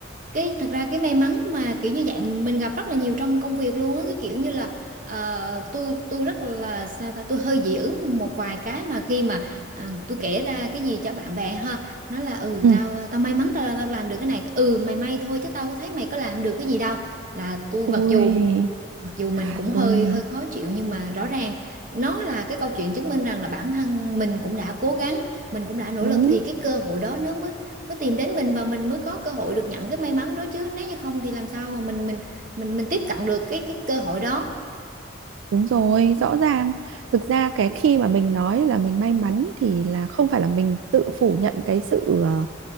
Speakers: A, on the right; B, on the right.
A: cái thật ra cái may mắn mà kiểu như vậy mình gặp rất là nhiều trong công việc luôn á cái kiểu như là ờ, tôi tôi rất là sao ta tôi hơi dị ứng một vài cái mà khi mà ờ, tôi kể ra cái gì cho bạn bè ha nó là ừ
B: ừ
A: tao tao may mắn tao, tao làm được cái này ừ mày may thôi chứ tao có thấy mày có làm được cái gì đâu là tôi
B: ui
A: mặc dù mặc dù mình cũng hơi
B: ui
A: hơi khó chịu nhưng mà rõ ràng nó là cái câu chuyện chứng minh rằng là bản thân mình cũng đã cố gắng mình cũng đã nỗ
B: đúng
A: lực thì cái cơ hội đó nó mới mới tìm đến mình và mình mới có cơ hội được nhận cái may mắn đó chứ nếu như không thì làm sao mà mình mình mình mình tiếp cận được cái cái cơ hội đó
B: đúng rồi rõ ràng thực ra cái khi mà mình nói là mình may mắn thì là không phải là mình tự phủ nhận cái sự ờ,